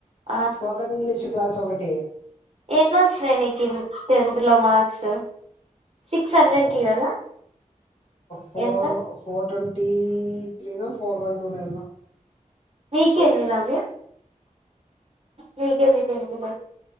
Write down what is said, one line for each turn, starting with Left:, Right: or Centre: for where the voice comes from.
Right: ఆ
Left: స్పోకెన్ ఇంగ్లీష్ క్లాస్ ఒకటి
Right: ఎన్ని వచ్చినయి నీకి టెన్త్లో మార్క్స్ సిక్స్ హండ్రెడ్
Left: సో
Right: కి కదా
Left: ఫోర్
Right: ఎంత
Left: ఫోర్టోన్ టీ త్రీనో ఫోర్ వన్ టూ నైన్
Right: నీకెన్ని నవ్య నీకెన్ని టెన్త్ లో